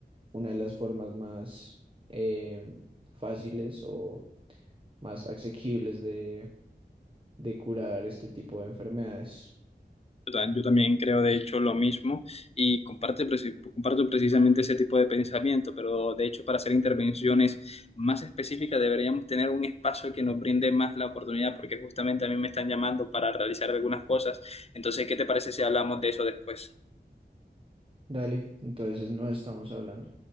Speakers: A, on the right (about 30°); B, on the left (about 35°).
A: una de las formas más em, fáciles o más asequibles de, de curar este tipo de enfermedades.
B: Yo tam- yo también creo, de hecho, lo mismo y comparte, preci- comparto precisamente ese tipo de pensamiento, pero de hecho, para hacer intervenciones más específicas deberíamos tener un espacio que nos brinde más la oportunidad, porque justamente a mí me están llamando para realizar algunas cosas. Entonces, ¿qué te parece si hablamos de eso después?
A: Dale, entonces nos estamos hablando.